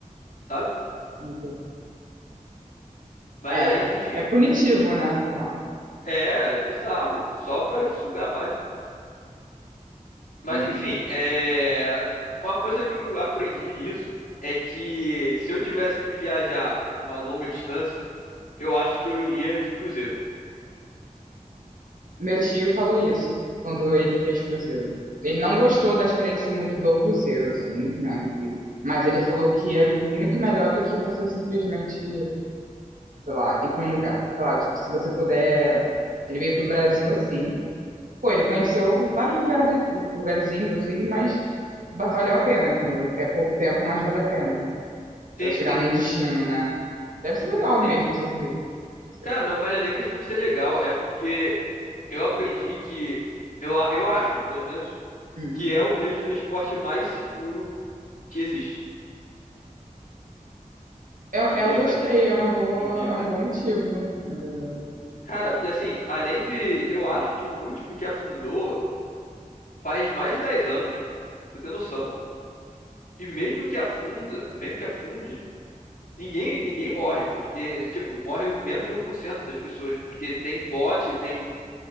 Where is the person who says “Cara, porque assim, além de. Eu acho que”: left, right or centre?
Left